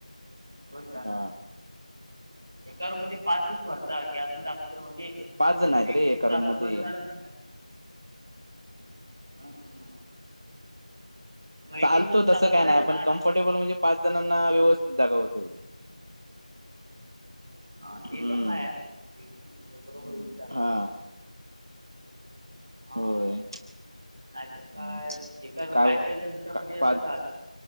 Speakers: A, on the right; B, on the right.
A: होय का
B: हा
A: एका रूम पाचच भरता की अजून जास्त इनौडिबल
B: पाच जण
A: अजून
B: आहेत
A: एक
B: रे
A: दोन
B: एका
A: जास्त
B: रूम मध्ये
A: भरले चालत नाही काय. इनऑडिबल एक
B: चालतो
A: दोन जण जास्त
B: तसं
A: भरायचे
B: काय नाय पण कम्फर्टेबल म्हणजे पाच जणांना व्यवस्थित जागा होते.
A: हा ते
B: हम्म
A: पण हाय बरोबर इनऑडिबल
B: हा
A: हा
B: होय
A: नाहीतर काय हे इनऑडिबल
B: काय
A: जण याच्यामध्ये असतात
B: पाच